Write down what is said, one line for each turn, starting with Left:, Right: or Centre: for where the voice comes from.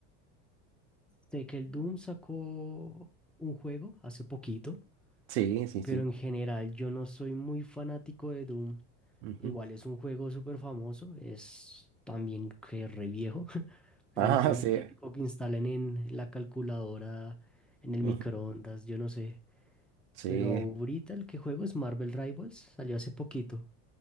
Centre: Sé que el Doom sacó un juego hace poquito,
Right: Sí, sí, sí.
Centre: pero en general yo no soy muy fanático de Doom.
Right: Ujú.
Centre: Igual es un juego súper famoso, es también que re viejo. <laughs> Es
Right: <laughs>
Centre: el
Right: Ah, sí.
Centre: típico que instalan en la calculadora, en el
Right: Ujú.
Centre: microondas, yo no sé.
Right: Sí.
Centre: Pero ahorita el que juego es Marvel Rivals, salió hace poquito.